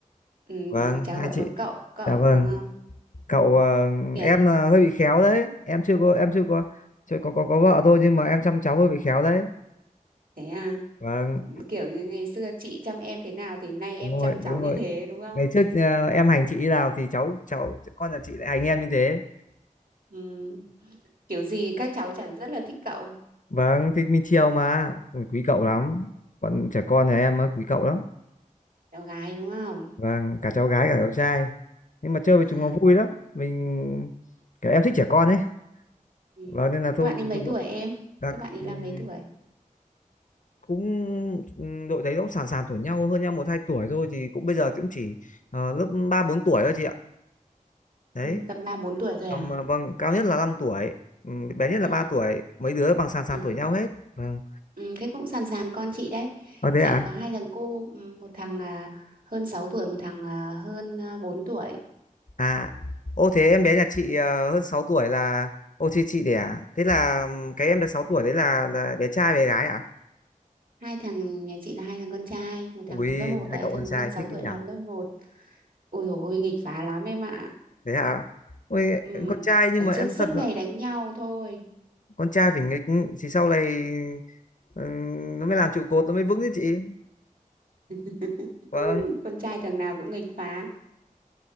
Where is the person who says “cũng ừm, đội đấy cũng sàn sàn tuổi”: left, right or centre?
Left